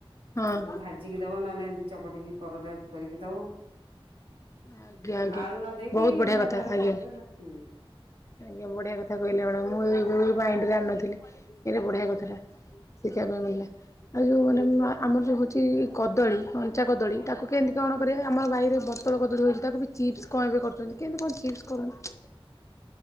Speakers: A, on the left; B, on the right.
A: ହଁ
B: ତାକୁ ଭାଜି ଭାଜିକି ଦବ ନହେଲେ ଏମତି ଚକଟିକି ପରଟା କରିକି ଦବ।
A: ଆଜ୍ଞା ଆଜ୍ଞା
B: ଆଳୁ ନ ଦେଇକି
A: ବହୁତ ବଢ଼ିଆ
B: ଭଣ୍ଡାରରେ
A: କଥା ଆଜ୍ଞା।
B: କରୀ ଦେବେ।
A: ଆଜ୍ଞା ବଢିଆ କଥା କହିଲେ ମ୍ୟାଡ଼ାମ ମୁଁ ଏ ମାଇଣ୍ଡରେ ଜାଣିନଥିଲି ଏଇଟ ବଢିଆ କଥାଟା। ଶିଖିବା ପାଇଁ ମିଳିଲା ଆଉ ଯେଉଁ ମାନେ ଆମର ଯେଉଁ ହେଉଛି କଦଳୀ ଲଞ୍ଚା କଦଳୀ
B: ଆଉ
A: ତାକୁ କେମିତି କଣ କରିବା ଆମ ବାଇରେ ବତଳ କଦଳୀ ହୋଇଛି? ତାକୁ ବି ଚିପ୍ସ କଣ ଏବେ କରୁଛନ୍ତି କେମିତି କଣ ଚିପ୍ସ କରନ୍ତି?